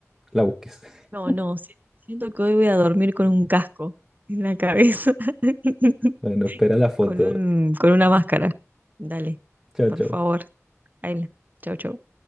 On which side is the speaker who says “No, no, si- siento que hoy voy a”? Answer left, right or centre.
Right